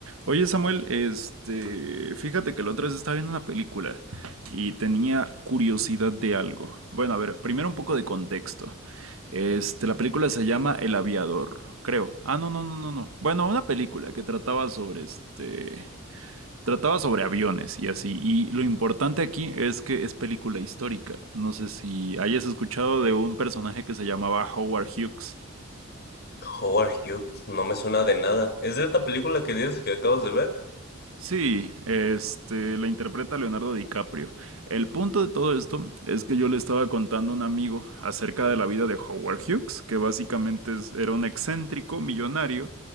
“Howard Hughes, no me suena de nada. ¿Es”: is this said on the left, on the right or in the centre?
Left